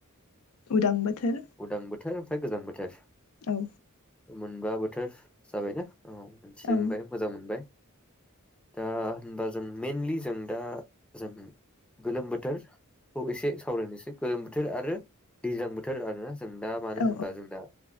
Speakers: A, on the left; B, in the centre.
A: उदां बोथोर।
B: उदां बोथोर ओमफ्राय गोजां बोथोर।
A: औ।
B: मोनबा बोथोर जाबाय ना? औ मोनथिनो
A: औ
B: मोनबाय मोजां मोनबाय। दा होमबा जों मेनलि जों दा जों गोलोम बोथोर औ एसे सावरायनोसै गोलोम बोथोर आरो दैज्लां बोथोर आरो जों दा मानो
A: औ
B: होनबा जों दा